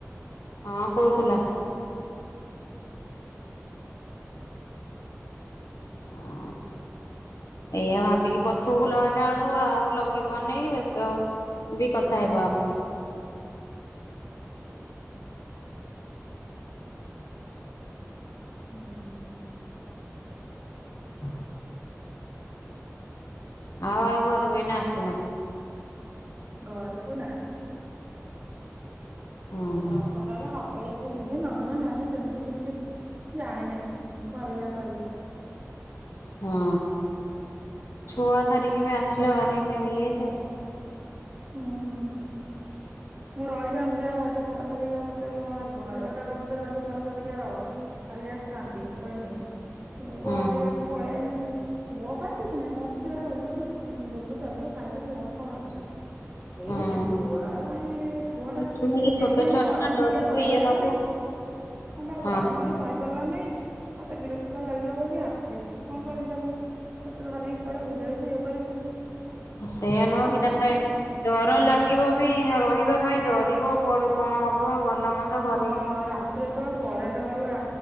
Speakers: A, on the left; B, on the right.
A: କଣ କହୁଥିଲା? ଅଁ। ଏଇଆ ଭାବିକି ପଛକୁ ଲଳେଇଲା ବେଳକୁ ଆଉ ଲଗେଇ ପାରୁନି କି ବସ୍ତ ଉ ବି କଥା ହେଇପାରୁନି।
B: ହୁଁ
A: ହ ଆଉ ଆଉ ଘରୁ କୁ ଏଇନା ଆସିନ?
B: ଘରକୁ ନା।
A: ହୁଁ
B: ଦଶ ବାବା ହବ ଯଦି ଯିବି ନ ହେଲେ ନାଇଁ ସେମିତି କିଛି ଜାଣିିନାହିଁ ଘରେ ଯାହା କହିବେ।
A: ହଁ ଛୁଆ ଧରିକି ବି ଆସିଲେ ଭାରି ଇଏ ଯେ।
B: ହୁଁ।
A: ହ ହଁ
B: ମୁଁ ରହିଥାନ୍ତି ଯାହା ରଜ ପରସାରିକା ମତେ ମୋ ଘରେ ଗୋଟେ କହୁଥିଲେ ରଜ ପରସାରିକା ରହ। କାଲି ଆସିଥାନ୍ତି କହନି ମୁଁ ତ
A: ହୁଁ
B: ବାଉଳି ହେଇକି ପଳେଇନି ମୁଁ। ମୋ ପାଇଁ କିଛି ନାହିଁ ମତେ ଯୁଆଡେ ବୁଲୁ ବୁଲୁ ଚାଲିଲୁ ଖାଇଲୁ ମୋର କଣ ଅଛି। ଏଇ
A: ହଁ
B: ଛୁଆ ପାଇଁ ଛୁଆ ଟା
A: ଛୁଆଗୁରା
B: କେଁ
A: ଛୋଟ
B: କେଁ
A: ଛୁଆ ନା
B: ଗରମ
A: ଡରିବେ
B: ଟିକେ ସହି
A: ଇଏ
B: ପାରିଲା
A: ହବ।
B: ନାଇଁ। ହଁ ବା
A: ହଁ
B: ଗରମ ଟିକେ ଶହ ପାରିଲାନାଇ ମତେ ବିରକ୍ତି ଭର ଲାଗିଲା ବୋଲି ଆସିନି କଣ କରମି ତାକୁ ଏତେ ଧରିକି ପଆଡେ ବୁଲେଇବୁ ଇଏ କରିବୁ
A: ସେଇୟା ନୁହଁ କି
B: ନା
A: ତାପରେ
B: ନା
A: ଡର ଲାଗିବ ବି ରହିବା ପାଇଁ ଡରିବ କୁଆଡୁ କଣ ହବ ଭଲ ମନ୍ଦ ଘରେ
B: ହଁ ରାତିରେ ଯେତେବେଳେ କରେଣ୍ଟ ଗଲା